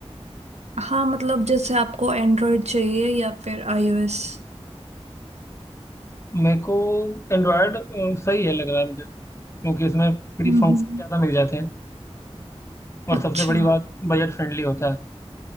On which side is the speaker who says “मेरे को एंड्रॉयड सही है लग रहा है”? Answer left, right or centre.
Left